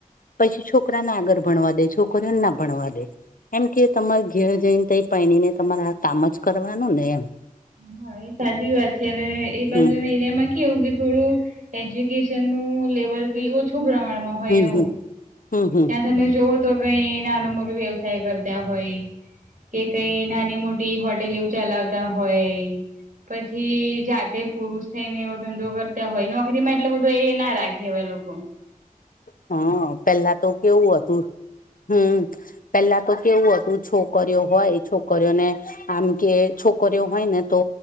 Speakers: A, on the left; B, on the right.
A: પછી છોકરાને આગળ ભણવા દે છોકરીઓને ના ભણવા દે. એમ કે તમારે ઘેર જઈને ત પણીને તમારે આ કામ જ કરવાનું ને એમ.
B: હા એ સાચી વાત છે અને એ બાજુને
A: હમ
B: માં કેવું કે થોડું, એજ્યુકેશન નું લેવલ બી ઓછું પ્રમાણમાં હોય
A: હમ
B: એવું
A: હમ, હમ હમ.
B: ત્યાં તમે જોવ તો કઈ નાનું મોરું વ્યવસાય કરતા હોય. કે કઈ નાની મોટી હોટેલ ચલાવતા હોય. પછી જાતે પુરુષ થઈ ને એવો ધંધો કરતા હોય નોકરીમાં એટલે બધું એ ના રાખે. એવા લોકો
A: હા પેલા તો કેવું હતું, હમ. પેલા તો કેવું હતું છોકરીઓ હોય છોકરીઓને આમ કે છોકરીઓ હોય ને તો